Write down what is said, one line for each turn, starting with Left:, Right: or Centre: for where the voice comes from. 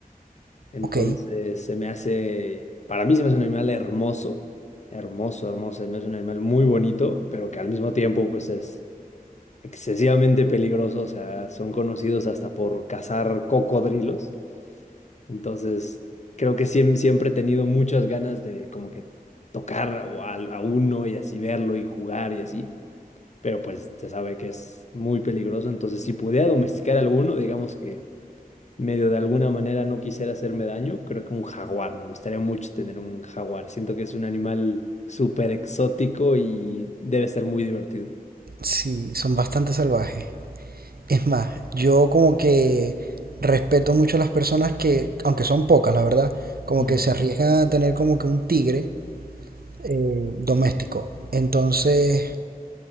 Left: Entonces,
Right: Ok,
Left: se me hace, para mí se me hace un animal hermoso, hermoso, hermoso. Se me hace un animal muy bonito, pero que al mismo tiempo, pues es excesivamente peligroso. O sea, son conocidos hasta por cazar cocodrilos. Entonces, creo que siem- siempre he tenido muchas ganas de como que tocar o al- a uno y así verlo y jugar y así pero pues se sabe que es muy peligroso, entonces si pudiera domesticar alguno, digamos que medio de alguna manera no quisiera hacerme daño, creo que un jaguar, me gustaría mucho tener un jaguar, siento que es un animal súper exótico y debe ser muy divertido.
Right: sí, son bastante salvajes. Es más, yo como que respeto mucho a las personas que, aunque son pocas, la verdad, como
Left: Ujú.
Right: que se arriesgan a tener como que un tigre eh, doméstico. Entonces,